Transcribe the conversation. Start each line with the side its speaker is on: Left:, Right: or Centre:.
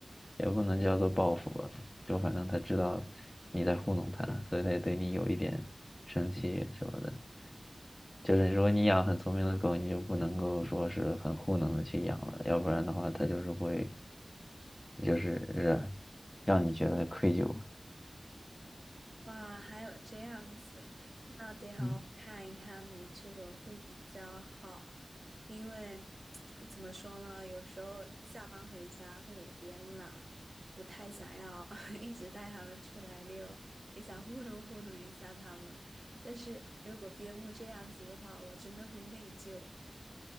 Left: 也不能叫做报复吧，就反正他知道你在糊弄他，所以他也对你有一点生气什么的。就是如果你养很聪明的狗，你就不能够说是很糊弄的去养了，要不然的话，它就是会，就是让让你觉得愧疚。
Right: 哇，还有这样子，那得好好看一看哪只狗会比较好，
Left: 嗯
Right: 因为 <tsk> 怎么说呢，有时候下班回家会有点懒，不太想要 <laughs> 一直带它们出来溜，也想糊弄糊弄一下它们。但是如果边牧这样子的话，我真的会内疚，